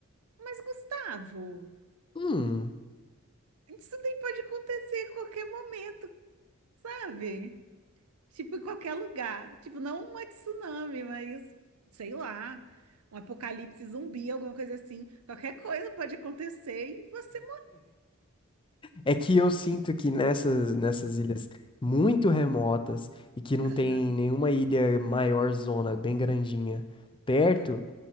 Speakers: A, on the right; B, on the left.
A: mas Gustavo,
B: Hum.
A: Isso daí pode acontecer a qualquer momento, sabe? Tipo, em qualquer lugar. Tipo, não uma tsunami, mas sei lá, um apocalipse zumbi, alguma coisa assim. Qualquer coisa pode acontecer e você.
B: É que eu sinto que nessas, nessas
A: morre. <clears throat>
B: ilhas muito remotas e que não
A: Aham,
B: tem nenhuma ilha maior zona, bem grandinha, perto,
A: aham,